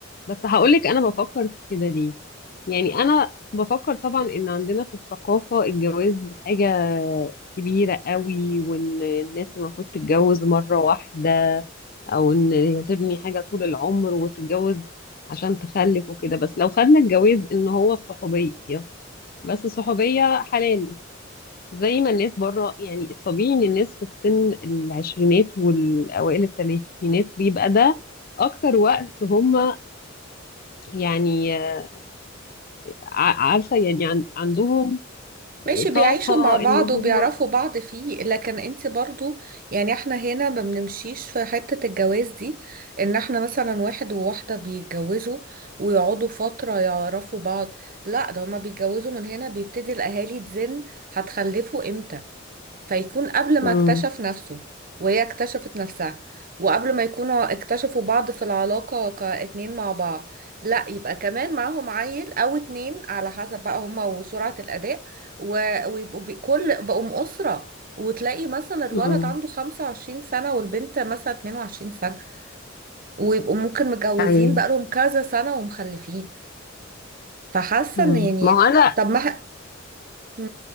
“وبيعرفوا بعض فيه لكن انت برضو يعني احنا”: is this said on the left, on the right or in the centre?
Right